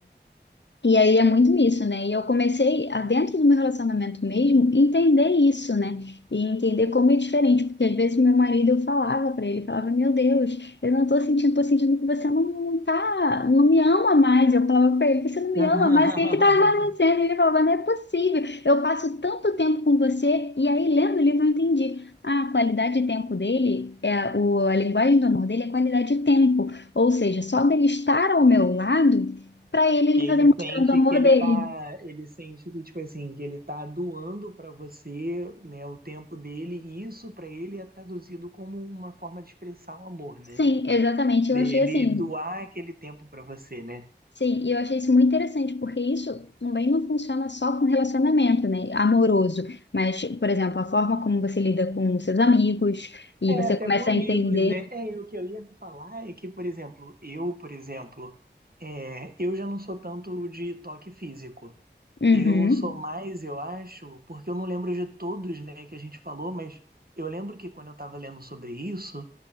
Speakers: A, on the left (about 75°); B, on the right (about 55°).
A: E aí é muito isso, né? E eu comecei, a, dentro do meu relacionamento mesmo, entender isso, né? E entender como é diferente, porque às vezes meu marido eu falava pra ele, falava, meu Deus, eu não tô sentindo, tô sentindo que você não tá, não me ama mais. Eu falava pra ele, você não me
B: <laughs>
A: ama mais, o que é que tá acontecendo? E ele falava, não é possível, eu passo tanto tempo com você, e aí lendo o livro eu entendi. A qualidade de tempo dele, é a, o, a linguagem do amor dele é qualidade de tempo, ou seja, só dele estar ao meu lado. Para ele, ele
B: Ele
A: está
B: sente
A: tanto amor
B: que ele
A: dele.
B: tá, ele sente que tipo assim, que ele tá doando pra você, né, o tempo dele, e isso pra ele é traduzido como uma forma de expressar o amor, né?
A: Sim, exatamente.
B: dele
A: Eu achei assim.
B: doar aquele tempo para você, né?
A: Sim, e eu achei isso muito interessante, porque isso também não funciona só com relacionamento, né, amoroso, mas, por exemplo, a forma como você lida com os seus amigos e
B: É,
A: você
B: até
A: começa
B: com amigos,
A: a entender
B: né? É, o que eu ia falar é que, por exemplo, eu, por exemplo, é, eu já não sou tanto de toque físico.
A: uhum,
B: Eu sou mais, eu acho, porque eu não lembro de todos, né, que a gente falou, mas eu lembro que quando eu estava lendo sobre isso,